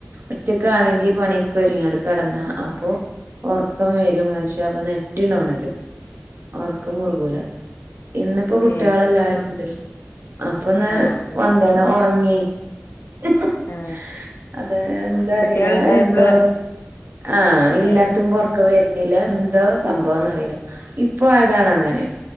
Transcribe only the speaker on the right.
ഒറ്റക്ക് ആണെങ്കി പണിക്ക് ഒരുരിങ്ങാട് കിടന്നാ അപ്പൊ ഉറക്കം വരും പക്ഷേ അപ്പൊ നെട്ടി ണോണരും ഉറക്കം മുറുകൂല ഇന്നിപ്പോ കുട്ടികളെല്ലാരും
ഉണ്ട് അപ്പൊ ഒന്ന്
വന്താണ് ഉറങ്ങി <unintelligible>
അതെ എന്താ
അറിയില്ലാ
അത് എന്തോ
ആഹ് ഇല്ലാത്തിമ്പോ
ഉറക്ക വരുണില്ല എന്തോ സംഭവോന്ന്
അറിയില്ല ഇപ്പൊ ആയതാണ് അങ്ങനെ